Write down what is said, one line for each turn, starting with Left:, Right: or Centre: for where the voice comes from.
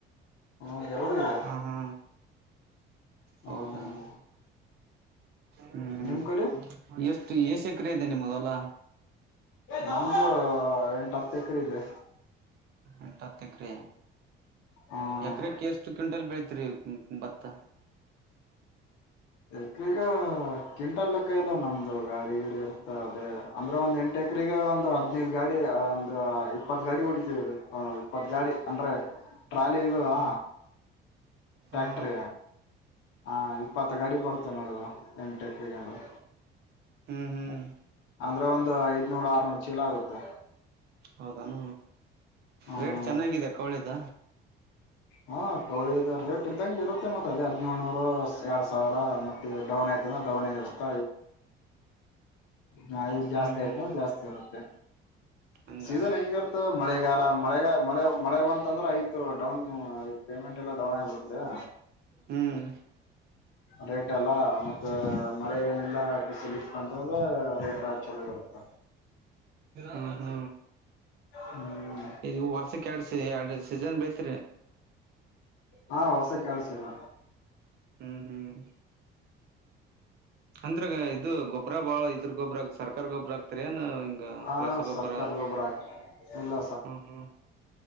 Left: ಹ್ಮ್ ಎರಡು ಇದೆ
Right: ಹ್ಮ ಹಾ
Left: ಹ್ಮ್
Right: ಹೌದಾ ಹ್ಮ ಹ್ಮ್ ಹ್ಮ್
Left: ನಿಮ್ ಕಡೆ
Right: ಎಷ್ಟ ಎ ಸಕ್ರ ಇದೆ ನಿಮ್ಮದಲ್ಲ
Left: ನಮ್ದು ಎಟ ತೇಕ್ರದೆ
Right: ಎಂಟಾರತಿಕ ರ
Left: ಹ್ಮ್
Right: ಎತ್ತರಕ್ಕೆ ಎಷ್ಟು ಕ್ವಿಂಟಲ್ ಬೆಳತ ರಿ ಬತ್ತ
Left: ಎಕ್ರ ಈಗ ಕ್ವಿಂಟಲ್ ಲೆಕ್ಕಾಯ ಎಲ್ಲ ನಮ್ದ ಇ ಗಾಡಿ ಗಿಡ ಅದೇ ಅಂದ್ರೆ ಒಂದ್ ಎಂಟು ಎಕ್ರಗ ನ ಗಾಡಿ ಒಂದು ಇಪ್ಪತ್ ಗಾಡಿ ಹೊಡಿತವಿ ರೀ ಇಪ್ಪತ್ ಗಾಡಿ ಅಂದು ಟ್ರಾಲಿ ಇದೆದಾ
Right: ಹ್ಮ್
Left: ಟ್ಯಾಕ್ಟ್ರ
Right: ಹಾ
Left: ಹ ಇಪ್ಪತ್ ಗಾಡಿ ಬರುತ್ತೆ ನೋಡುದು ಎಂಟ ಈಗಂದ್ರೆ
Right: ಹ್ಮ್ ಹ್ಮ್
Left: ಅಂದ್ರೆ ಒಂದು ಐದನೂರ ಆರ್ನೂರು ಚೀಲ ಆಗುತ್ತೆ
Right: ಹೌದಾನ
Left: ಹ್ಮ
Right: ರೇಟ್ ಚೆನ್ನಾಗಿದೆ ಕೋಳಿದ
Left: ಹಾ ಕೌಳಿಿದ ರೇಟ್ ಇದ್ದಂ ಇರುತ್ತೆ ಮತ್ತತ್ ಅದೇ ಹದ್ಿನೇಳಳ್ನೂರು ಎರಡ್ ಸಾವಿರ ಮತ್ತೆ ಡೌನ್ ಆಯ್ತಂದ್ರ ಡೌನ್ ಇರುತ್ತ ದು ಜಾಸ್ತಿ
Right: ಹ್ಮ್ ಹ್ಮ್
Left: ಆಯ್ತ ಜಾಸ್ತಿ ಇರುತ್ತೆ
Right: ಹಂಗ
Left: ಸೀಸನ್ ಹೆಂಗಿರ್ತ ಮಳೆಗಾಲ ಮಳೆಗ ಮಳೆ ಮಳೆ ಬಂತಂದ್ರೆ ಐತು ಡೌನ್ ಪೇಮೆಂಟ್ ಎಲ್ಲ ಡೌನ್ ಆಗಬಿಡ್ತರಾ
Right: ಹ್ಮ್
Left: ರೈಟ್ ಅಲ್ಲ ಮತ್ತ ಮಳೆ ಏನಿಲ್ಲಿಸಲಿ ಬಂದು ರೇಟ್ ಚೆನ್ನ ಇರುತ್ತೆ
Right: ಹ್ಮ ಹ್ಮ
Left: ಹ್ಮ್
Right: ಇಗ ವರ್ಷಕ್ಕೆ ಎರಡು ಎರಡು ಸೀಜನ್ ಬ ತ್ರ
Left: ಹಾ ವರ್ಷಕ್ಕೆ ಆಡ್ಸದ
Right: ಹ್ಮ್ ಹ್ಮ್ ಅಂದ್ರ ಇದು ಗೊ ಗೊಬ್ಬ್ರ ಬಾಳ ಇದ್ರ ಗೊಬ್ಬ್ರ ಹ ಸರ್ಕಾರಾರಿ ಗೊಬ್ಬ್ರ ಹಾಕ್ತರ ಏನ್ ಹಿಂಗ
Left: ಆ
Right: ರಸಗೊಬ್ಬರ
Left: ಸರ್ಕಾರ ಗೊಬ್ಬರ ಹಾಕ್ ಇಲ್ಲ
Right: ಹ್ಮ ಹ್ಮ